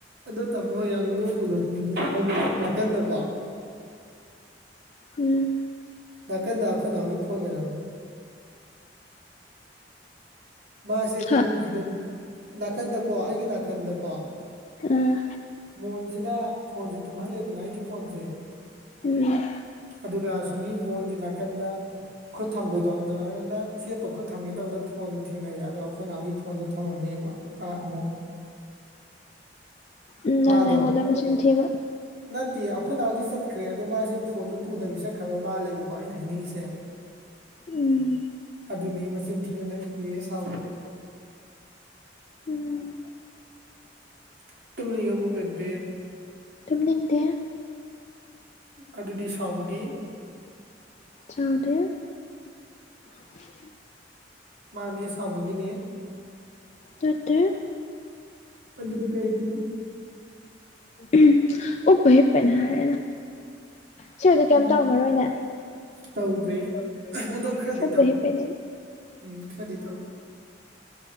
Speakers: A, on the right; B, on the left.
A: ꯑꯗꯣ ꯇꯥꯃꯣ ꯌꯥꯝ ꯅꯣꯛꯄ ꯅꯅꯤꯡꯉ ꯍꯥꯏꯗꯤ ꯅꯥꯀꯟꯗꯀꯣ
B: ꯎꯝ
A: ꯅꯥꯀꯟꯗ ꯑꯩꯈꯣꯏ ꯅꯥꯎꯒꯤ ꯐꯣꯟ ꯂꯩꯔꯝꯃꯤ꯫ ꯃꯥꯁꯦ
B: ꯍꯥ
A: ꯄꯨꯈꯤꯗꯝ ꯅꯥꯀꯟꯗꯀꯣ ꯑꯩꯒꯤ ꯅꯥꯀꯟꯗꯀꯣ꯫
B: ꯎꯝ
A: ꯃꯣꯟꯁꯤꯗ ꯐꯣꯟꯁꯦ ꯇꯨꯝꯍꯜꯂꯦꯗꯅ ꯑꯩꯒꯤ ꯐꯣꯟꯁꯦ꯫
B: ꯎꯝ
A: ꯑꯗꯨꯒ ꯁꯨꯝꯒꯤ ꯃꯣꯟꯒꯤ ꯅꯥꯀꯟꯗ꯫ ꯈꯨꯠ ꯊꯝꯕꯩꯗꯣ ꯑꯗꯨꯃꯥꯏꯅ ꯆꯦꯞꯄ ꯈꯨꯠ ꯊꯝꯒꯦ ꯇꯧꯕꯗ ꯐꯣꯟ ꯊꯦꯡꯅꯩꯑꯦ ꯑꯗꯣ ꯑꯩꯈꯣꯏꯅꯥꯎꯒꯤ ꯐꯣꯟꯗꯣ ꯊꯝꯃꯝꯃꯦ ꯃꯄꯥ ꯑꯃꯨꯛ
B: ꯎꯝ ꯅꯪꯅ
A: ꯃꯥꯗꯣ
B: ꯑꯩꯉꯣꯟꯗ ꯃꯆꯤꯟ ꯊꯤꯕ꯫
A: ꯅꯠꯇꯦ ꯑꯩꯈꯣꯏꯅꯥꯎꯗꯤ ꯆꯠꯈ꯭ꯔꯦ ꯑꯗꯣ ꯃꯥꯁꯦ ꯐꯣꯟꯗꯨ ꯄꯨꯗꯕꯤ ꯆꯠꯈ꯭ꯔꯕ ꯃꯥꯜꯂꯦꯕꯀꯣ ꯑꯩꯅ ꯍꯥꯏꯅꯤꯡꯉꯤꯁꯦ꯫
B: ꯎꯝ
A: ꯑꯗꯨꯅꯦ ꯃꯆꯤꯟ ꯊꯤꯕꯅ ꯏꯌꯦ ꯁꯥꯎꯒ꯫
B: ꯎꯝ
A: <inaudible> ꯇꯨꯝꯅꯤꯡꯉꯕꯣ ꯕꯦꯕ ꯕꯦꯕ꯫
B: ꯇꯨꯝꯅꯤꯡꯗꯦ꯫
A: ꯑꯗꯨꯗꯤ ꯁꯥꯎꯕꯒꯤ꯫
B: ꯆꯥꯎꯗꯦ꯫ <inaudible>
A: ꯃꯥꯅꯦ ꯁꯥꯎꯕꯒꯤꯅꯤ꯫
B: ꯅꯠꯇꯦ ꯫
A: ꯑꯗꯨ ꯅꯠꯇ꯭ꯔꯥꯗꯤ꯫
B: ꯎꯝ ꯎꯞꯄ ꯍꯤꯞꯄꯩꯅꯤ ꯍꯥꯏꯔꯒ꯫ ꯁꯤ ꯑꯣꯏꯔꯗꯤ ꯀꯩꯝ
A: ꯎꯝ
B: ꯇꯧꯔꯝ ꯃꯔꯣꯏꯅꯦ
A: ꯇꯧꯗ꯭ꯔꯦ
B: ꯇꯧꯗ꯭ꯔꯦ
A: ꯑꯗꯣ ꯈꯔꯗꯤ
B: ꯎꯞꯄ
A: ꯇꯧꯔꯤ
B: ꯍꯤꯞꯄꯩꯅꯦ꯫
A: ꯎꯝ ꯈꯔꯗꯤ ꯇꯧꯔꯤ꯫